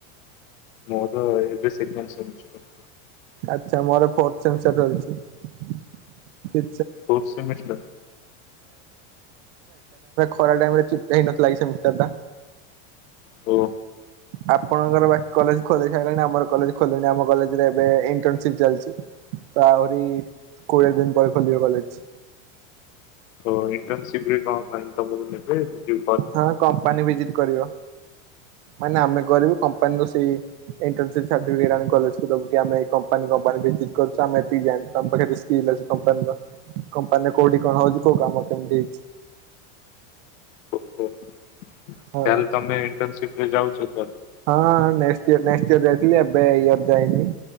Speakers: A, on the left; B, on the right.
A: ମୋର ଏବେ ସେକେଣ୍ଡ ସେମିଷ୍ଟାର।
B: ଆଚ୍ଛା ମୋର <unintelligible> ହଁ ଓ ଏକା ଟାଇମରେ
A: ଫୋର୍ଥ ସେମିଷ୍ଟର
B: ଖରା ଟାଇମରେ ଚିଟ ହେଇନଥିଲାକି ସେମିଷ୍ଟାରଟା।
A: ଓ।
B: ଆପଣଙ୍କର ବାକି କଲେଜ ଖୋଲି ସାଇଲାଣି ଆମର କଲେଜ ଖୋଲିନି ଆମ କଲେଜରେ ଏବେ ଇଣ୍ଟର୍ନସିପ ଚାଲିଚି। ତ ଆହୁରି କୋଡ଼ିଏ ଦିନ ପରେ ଖୋଲିିବ କଲେଜ।
A: ଓ ଇଣ୍ଟର୍ନସିପରେ କଣ ମାନେ ତମକୁ ନେବେ ଯି
B: ହଁ କମ୍ପାନୀ ଭିଜିଟ କରିବ ମାନେ ଆମେ
A: ଅ,
B: କରିବୁ କମ୍ପାନୀକୁୁ ସେଇ ଇଣ୍ଟର୍ନସିପ ସାର୍ଟିଫିକେଟ ଆଣିକି କଲେଜକୁ ଦେବୁକି ଆମେ ଏଇ କମ୍ପାନୀ କମ୍ପାନୀ ଭିଜିଟ କରୁଚୁ ଆମେ ଏତିକି ଜାଣିଚୁ ଆମ ପାଖରେ ରିସ- ଇଲେଜ କମ୍ପାନୀର କମ୍ପାନୀ କୋଉଠି କଣ ହଉଚି କୋଉ କାମ କେମିତି ହେଇଚି।
A: ଓ ତାହେଲେ
B: ହଁ
A: ତମ ଇଣ୍ଟର୍ନସିିପରେ ଯାଉଚ ତାନେ।
B: ହଁ ନେଷ୍ଟେ ଇୟର ନେଷ୍ଟେ ଇୟର ଯାଇଥିଲି ଏବେ ଇୟର ଯାଇନି।